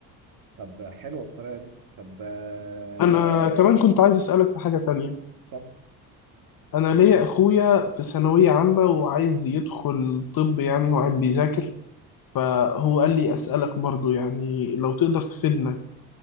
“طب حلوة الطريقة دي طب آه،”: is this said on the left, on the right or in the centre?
Right